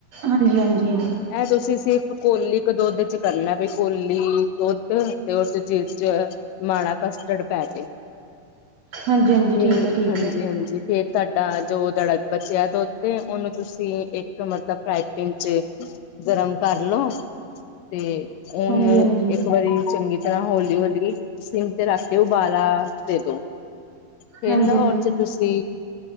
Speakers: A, on the right (about 70°); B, on the left (about 80°).
A: ਹਾਂਜੀ-ਹਾਂਜੀ
B: ਇਹ ਤੁਸੀਂ ਸਿਰਫ ਕੋਲੀ ਕੇ ਦੁੱਧ 'ਚ ਕਰਨਾ ਬਈ ਕੋਲੀ ਦੁੱਧ ਤੇ ਓ 'ਚ ਜਿ 'ਚ ਮਾੜਾ ਕਸਟਰਡ ਪੈ ਜੇ।
A: ਹਾਂਜੀ ਹਾਂਜੀ
B: ਫਿਰ
A: ਠੀਕ ਹੈ ਠੀਕ
B: ਹਾਂਜੀ-ਹਾਂਜੀ
A: ਹੈ
B: ਫੇਰ ਤਾਡਾ ਜੋ ਦੜਕ ਬਚਿਆ ਦੁੱਧ ਤੇ ਉਹਨੂੰ ਤੁਸੀਂ ਇੱਕ ਮਤਲਬ ਫਰਾਈ ਪੀਨ ਤੇ ਗਰਮ ਕਰ ਲੋ ਤੇ ਉਹਨੂੰ
A: ਹਾਂਜੀ ਹਾਂਜੀ
B: ਇੱਕ ਵਾਰੀ ਚੰਗੀ ਤਰ੍ਹਾਂ ਹੌਲੀ-ਹੌਲੀ ਸਿੰਮ ਤੇ ਰੱਖ ਕੇ ਉਬਾਲਾ ਦੇ ਦੋ। ਫੇਰ
A: ਹਾਂਜੀ
B: ਨਾ
A: ਹਾਂਜੀ
B: ਉਹ ਚ ਤੁਸੀਂ